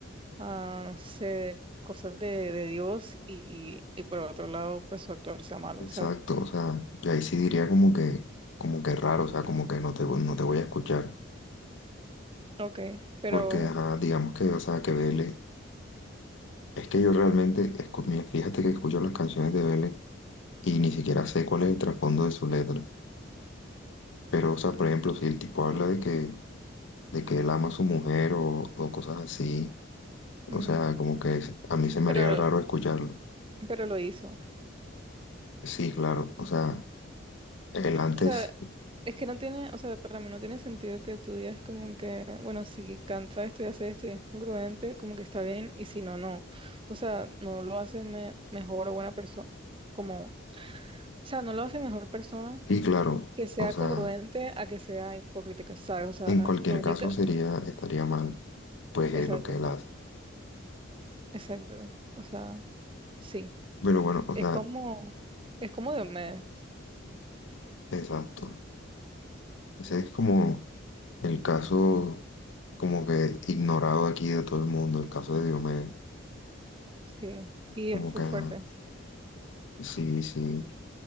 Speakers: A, on the right (about 25°); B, on the left (about 70°).
A: ah, no sé, cosas de, de Dios y, y por otro lado, pues su actuar sea malo,
B: Exacto,
A: o sea,
B: o sea, yo ahí sí diría como que, como que raro, o sea, como que no te, vo- no te voy a escuchar,
A: ok, pero,
B: porque, ajá, digamos que, o sea, que Vélez, es que yo realmente, escu- mira, fíjate que escucho las canciones de Vélez y ni siquiera sé cuál es el trasfondo de su letra, pero, o sea, por ejemplo, si el tipo habla de que, de que él ama a su mujer o, o cosas así, o
A: ujú,
B: sea, como que es- a mí se me
A: pero,
B: haría raro escucharlo.
A: pero lo hizo.
B: Sí, claro, o sea, el antes,
A: O sea, es que no tiene, o sea, para mí no tiene sentido que tú digas como que, bueno, si canta esto y hace esto y es congruente, como que está bien, y si no, no. O sea, no lo hace me- mejor o buena persona, como, o sea, no lo hace mejor persona
B: sí, claro,
A: que sea
B: o sea,
A: congruente a que sea hipócrita, ¿sabes? O sea,
B: en cualquier
A: lo único,
B: caso sería, estaría mal. pues
A: exacto,
B: es lo que él hace.
A: exacto. O sea, sí.
B: Pero bueno, o
A: Es
B: sea,
A: como, es como de mes,
B: exacto. Ese es como el caso como que ignorado aquí de todo el mundo, el caso de Diomedes.
A: sí. Y
B: Como
A: es full
B: que, ajá,
A: fuerte.
B: sí, sí,